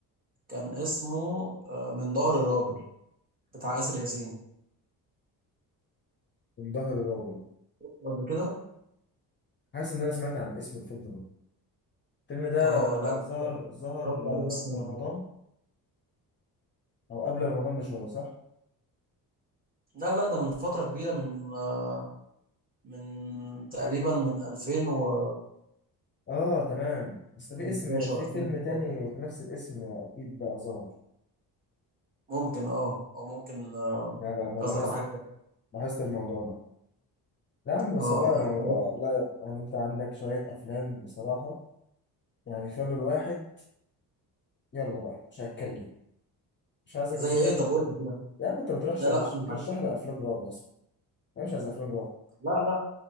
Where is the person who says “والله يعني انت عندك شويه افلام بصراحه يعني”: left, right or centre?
Left